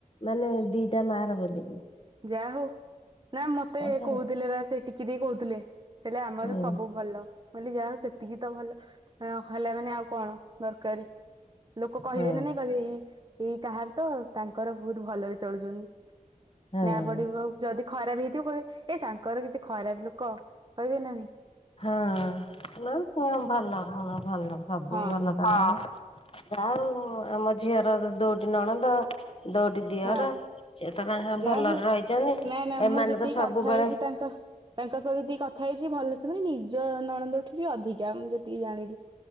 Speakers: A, on the left; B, on the right.
A: ମାନେ ଦିଟା ମାର ବୋଲିକି।
B: ଯା ହଉ। ନା ମତେ
A: ତାଙ୍କର
B: କହୁଥିଲେ ବା ସେ ଟିକି ଦେଇ କହୁଥିଲେ କହିଲେ ଆମର
A: ହଁ
B: ସବୁ ଭଲ। କହିଲି ଯାହା ହଉ ସେତିକି ତ ଭଲ ନହେଲେ ମାନେ ଆଉ କଣ? ଦରକାର, ଲୋକ କହିବେ
A: ହଁ
B: ନା ନାଇଁ କହିବେ ଏଇ ଏଇ କାହାର ତ ତାଙ୍କର ବହୁତ ଭଲରେ ଚଳୁଛନ୍ତି।
A: ହଁ।
B: ନା ପଡିବ ଯଦି ଖରାପ ହେଇଥିବ କହିବେ ଏ ତାଙ୍କର କେତେ ଖରାପ ଲୋକ କହିବେ ନା ନାହିଁ।
A: ହଁ ନା ଭଲ ହଁ ଭଲ ସବୁ
B: ହଁ
A: ଭଲ ତାଙ୍କର। ଯା ଆଉ ଆମ ଝିଅର ଦୁଇଟି ନଣନ୍ଦ। ଦୁଇଟି ଦିଅର
B: ହଁ
A: ସେ ତ ତାଙ୍କର
B: ଯାହା
A: ଭଲରେ
B: ହଉ
A: ରହିଛନ୍ତି
B: ନା ନା
A: ଏମାନେ
B: ମୁଁ ଯେତିକି
A: ତ
B: କଥା
A: ସବୁବେଳେ
B: ହେଇଛି ତାଙ୍କ ତାଙ୍କ ସହିତ ଯେତିକି କଥା ହେଇଛି ଭଲ ସେମାନେ ନିଜ ନଣନ୍ଦଠୁ ବି ଅଧିକା ମୁଁ ଯେତିକି ଜାଣିଲି।